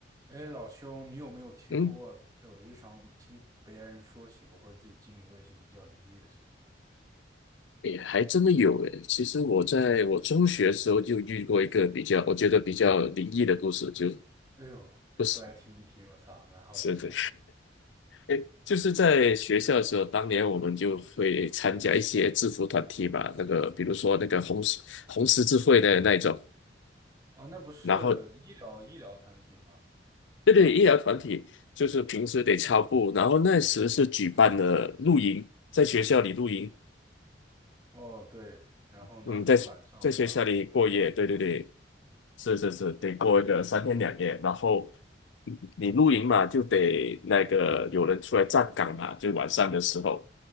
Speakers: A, on the right; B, on the left.
A: 哎，老兄，你有没有听说过，
B: 嗯，
A: 就日常听别人说起过，或者自己经历过一些比较灵异的事情啊？
B: 也还真的有诶。其实我在我中学的时候就遇过一个比较，我觉得比较灵异的故事，就
A: 哎呦，
B: 不是
A: 说来听一听，我操，蛮好奇的。
B: 是的，诶，就是在学校的时候，当年我们就会参加一些制服团体嘛，那个比如说那个红十红十字会的那一种，
A: 哦，那不是医疗医疗团体吗？
B: 然后对对，医疗团体就是平时得操步，然后那时是举办了露营，在学校里露营，
A: 哦，对，然后呢，
B: 嗯，在在学校里过夜，
A: 就晚上对吧，会住在学校。
B: 对对对，是是是，得过一个三天两夜，然后你露营嘛，就得那个有人出来站岗嘛，就晚上的时候，